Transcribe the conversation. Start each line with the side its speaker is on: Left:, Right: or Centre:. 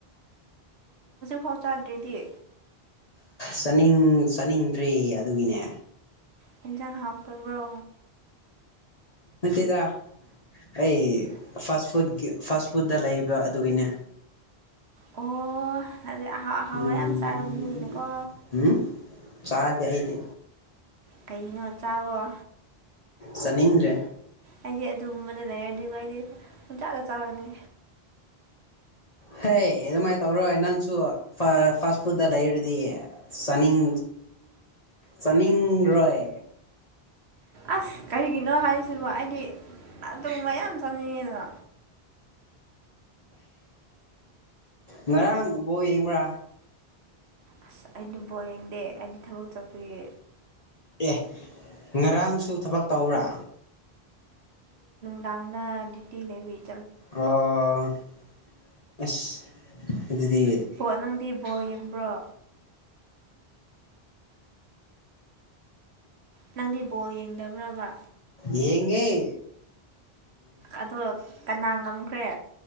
Right: ꯐꯣ ꯆꯥꯗ꯭꯭ꯔꯗꯤ
Left: ꯆꯅꯤꯡ ꯆꯥꯅꯤꯡꯗ꯭ꯔꯤ ꯑꯗꯨꯒꯤꯅꯦ
Right: ꯌꯦꯟꯁꯥꯡ ꯍꯥꯞꯄꯕ꯭ꯔꯣ
Left: ꯅꯠꯇꯦꯗ ꯑꯩ ꯐꯥꯁ ꯐꯨꯗꯀꯤ ꯐꯥꯁ ꯐꯨꯗꯠꯇ ꯂꯩꯕ ꯑꯗꯨꯒꯤꯅꯦ
Right: ꯑꯣ ꯑꯗꯨꯗꯤ ꯑꯍꯥꯎ ꯑꯍꯥꯎꯋꯥ
Left: ꯎꯝ
Right: ꯌꯥꯝ ꯆꯥꯔꯝꯅꯤꯅꯦꯀꯣ
Left: ꯎꯝ ꯆꯥꯗꯦ ꯑꯩꯗꯤ
Right: ꯀꯩꯅꯣ ꯆꯥꯎꯥꯛꯋ
Left: ꯆꯅꯤꯡꯤꯡꯔ
Right: ꯑꯩꯗꯤ ꯑꯗꯨꯒꯨꯝꯕꯗ ꯂꯩꯔꯗꯤ ꯑꯩꯗꯤ ꯑꯗꯨ ꯆꯥꯛꯂ ꯆꯥꯔꯅꯤ
Left: ꯍ ꯑꯗꯨꯃꯥꯏꯅ ꯇꯧꯔꯣꯏ ꯅꯪꯁꯨ ꯐꯥꯁ ꯐꯨꯗ ꯂꯩꯔꯗꯤ ꯆꯥꯅꯤꯡ ꯆꯅꯤꯡ ꯔꯣꯏ
Right: ꯑꯁ ꯀꯔꯤꯒꯤꯅꯣ ꯍꯥꯏꯔꯤꯁꯤꯕꯣ ꯑꯩꯗꯤ ꯑꯗꯨ ꯃ ꯌꯥꯝ ꯆꯥꯅꯤꯡꯉꯦꯗ
Left: ꯉꯔꯥꯡꯕꯣ ꯌꯦꯡꯕ꯭ꯔꯥ
Right: ꯑꯁ ꯑꯩꯗꯨ ꯕꯣꯔ ꯌꯦꯡꯗꯦ ꯑꯩꯗꯤ ꯊꯕꯛ ꯆꯠꯄꯒꯤ
Left: ꯑꯦ ꯉꯔꯥꯡꯁꯨ ꯊꯕꯛ ꯇꯧꯕ꯭ꯔꯥ
Right: ꯗꯪꯗꯥ ꯗꯤꯇꯤ ꯂꯦꯕꯤꯠ
Left: ꯑ <unintelligible> <inaudible> ꯑꯁ ꯑꯗꯨꯗꯤ
Right: ꯕꯣꯜ ꯅꯪꯗꯤ ꯕꯣꯜ ꯌꯦꯡꯕ꯭ꯔꯣ ꯅꯪꯗꯤ ꯕꯣꯜ ꯌꯦꯡꯗꯕ꯭ꯔꯕ
Left: ꯌꯦꯉ <inaudible>
Right: ꯑꯗꯣ ꯀꯅꯥꯒꯝ ꯀ꯭ꯔꯦ